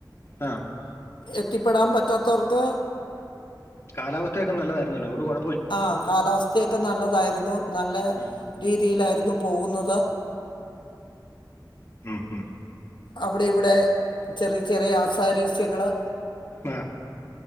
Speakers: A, on the left; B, on the left.
A: ആ
B: എത്തിപ്പെടാൻ പറ്റാതോർക്ക്
A: കാലാവസ്ഥയൊക്കെ നല്ലതായിരുന്നല്ലോ. അതോണ്ട് കൊഴ
B: ആഹ് കാലാവസ്ഥയൊക്കെ നല്ലതായിരുന്നു. നല്ല
A: ആ
B: രീതിയിലായിരുന്നു പോകുന്നത്.
A: ഉം ഉം
B: അവിടെ ഇവിടെ ചെറിയ ചെറിയ ആസ് പരസ്യങ്ങള്
A: ആ